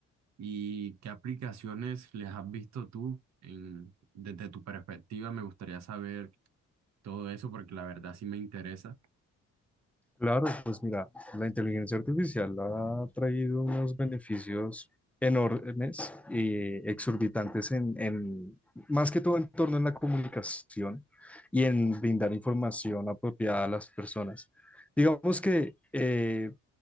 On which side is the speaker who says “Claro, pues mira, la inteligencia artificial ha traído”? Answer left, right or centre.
Centre